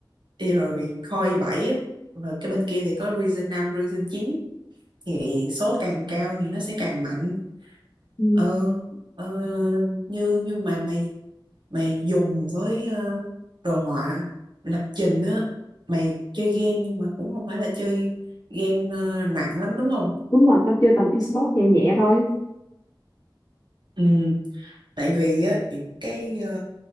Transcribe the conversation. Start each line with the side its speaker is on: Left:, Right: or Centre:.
Right: Y rồi core i7 á. Rồi cái bên kia thì có regen 5, regen 9. Thì số càng cao thì nó sẽ càng mạnh.
Left: ừ.
Right: Ờ, ờ, như nhưng mà mày mày dùng với ờ, đồ họa lập trình á mày chơi game nhưng mà cũng không phải là chơi game ờ, nặng lắm đúng không
Left: đúng rồi tao chơi tầm esports nhẹ nhẹ thôi
Right: Ừ, tại vì á những cái ờ,